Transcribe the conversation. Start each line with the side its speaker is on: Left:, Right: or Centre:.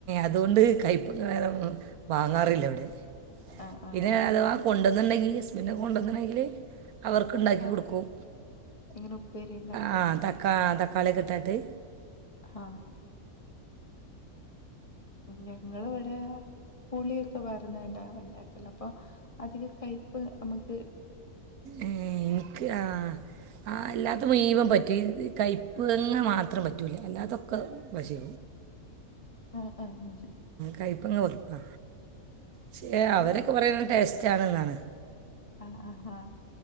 Right: അതുകൊണ്ട് കൈപ്പ വാങ്ങാറില്ല അവടെ
Left: ആ ആ
Right: പിന്നെ അഥവാ
Left: ഓ-
Right: കൊണ്ടണ്ടെങ്കി പിന്നെ കൊണ്ടന്ന്ണങ്കില് അവർക്കുണ്ടാക്കി
Left: ആ
Right: കൊടുക്കും
Left: ഇങ്ങനെ ഉപ്പേരി ഉണ്ടാക്കലാണ്
Right: ആ തക്കാ തക്കാളിക്കട്ടാട്ട്
Left: ആ ഞങ്ങൾ ഇവടെ പുളിയൊക്കെ വരുന്നണ്ടാ ഉണ്ടാക്കലപ്പൊ അധിക കയ്പ്പ് നമക്ക്
Right: ഏ എനിക്ക് ആ ആ അല്ലാത്തെമുയ് വൻ പറ്റും ഈ കയപ്പ്ങ്ങ മാത്രം പറ്റൂല്ല അല്ലാതൊക്കെ തിന്നും പക്ഷേ
Left: ഉം ഉം ഉ
Right: കയ്പങ്ങ വെർറുപ്പ ക്ഷേ
Left: നിങ്ങള്
Right: അവരൊക്കെ പറയുന്നത് ടേസ്റ്റാണെന്നാണ്
Left: അ അ ആ